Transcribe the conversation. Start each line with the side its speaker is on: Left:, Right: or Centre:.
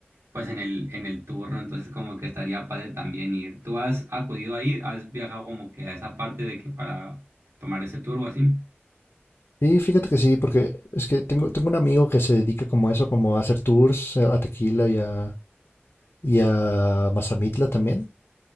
Right: pues en el, en el turno, entonces como que estaría padre también ir. ¿Tú has acudido ahí? ¿Has viajado como que a esa parte de que para tomar ese tour o así?
Left: Sí, fíjate que sí, porque es que tengo, tengo un amigo que se dedica como a eso, como a hacer tours eh, a Tequila y a, y a Mazamitla también.